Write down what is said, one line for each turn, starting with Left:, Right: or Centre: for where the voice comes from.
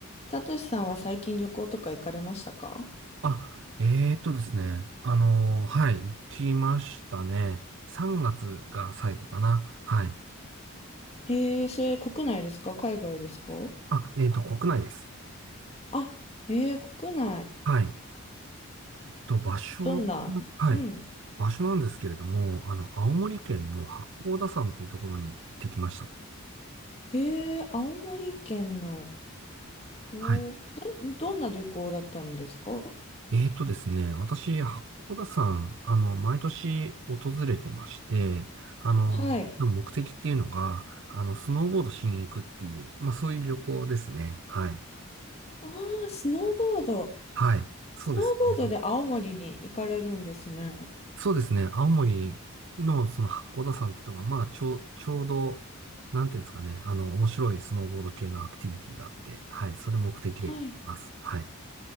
Left: サトシさんは最近旅行とか行かれましたか
Right: あ、えーとですね。あのーはい、行きましたね。3月がつが最後かな。はい。
Left: へえ、それ国内ですか海外ですか
Right: あ、えーと、国内です。
Left: あ、へえ、国内。
Right: はい。と、場所、
Left: どんなうん。
Right: はい。場所なんですけれども、あの、青森県の八甲田山というところに行ってきました。
Left: へえ、青森県の、おー、
Right: はい。
Left: なん、どんな旅行だったんですか
Right: えーとですね、私、八甲田山、あの、毎年訪れてまして、あの、
Left: はい。
Right: 目的っていうのが、あの、スノーボードしに行くっていう、まあ、そういう旅行ですね。はい。
Left: ああ、スノーボード。
Right: はい。そうですね。
Left: スノーボードで青森に行かれるんですね。
Right: そうですね。青森のその八甲田山ってとこが、まあ、ちょう、ちょうど、なんていうんですかね。あの、面白いスノーボード系のアクティビティがあって、はい。それ目的で行きます。
Left: はい。
Right: はい。